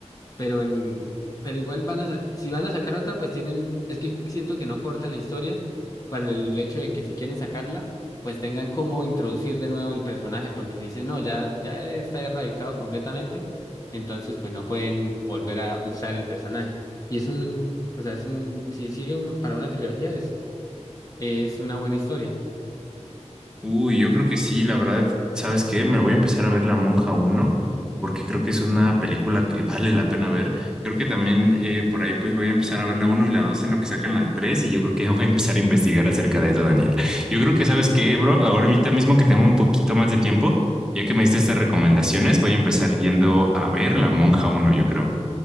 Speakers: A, on the left; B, in the centre.
A: Pero en, pero igual van a, sa- si van a sacar otra, pues tienen, es que siento que no cortan la historia para el hecho de que si quieren sacarla, pues tengan cómo introducir de nuevo el personaje, porque si dicen, no, ya, ya está erradicado completamente, entonces pues no pueden volver a usar el personaje. Y es un, o sea, es un, si sigue uno- para una trilogía, es una buena historia.
B: Uy, yo creo que sí, la verdad, ¿sabes qué? Me voy a empezar a ver La Monja uno, porque creo que es una película que <laughs> vale la pena ver. Creo que también eh, por ahí pues voy a empezar a ver la uno y la 2 en lo que sacan las 3. y yo creo que ya voy a empezar a investigar acerca de eso, Daniel. Yo creo que, ¿sabes qué, bro? Ahora ahorita mismo que tengo un poquito más de tiempo, ya que me diste estas recomendaciones, voy a empezar yendo a ver La Monja uno. yo creo.